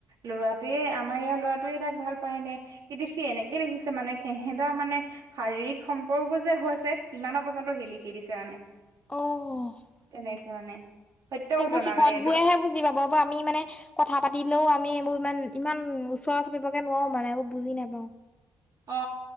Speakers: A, on the right; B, on the left.
A: লৰাটোৱে সিয়ে আমাৰ ইয়াৰ ল'ৰাটোৱে তাক ভাল পায় নে কিন্তু সি এনেকে লিখিছে মানে সিহঁতৰ মানে শাৰীৰিক সম্পৰ্কও যে হৈছে সিমান পৰ্য্যন্ত সি লিখি দিছে মানে
B: অ',
A: তেনেকে মানে সত্য
B: সেইবোৰ
A: ঘটনা
B: সিহঁত
A: মানে এইটো
B: বোৰেহে বুজি পাব আ আমি মানে কথা পাতিলেও আমি এইবোৰ ইমান ইমান ওচৰ চাপিবকে নোৱাৰো মানে এইবোৰ বুজি নোপাওঁ
A: অ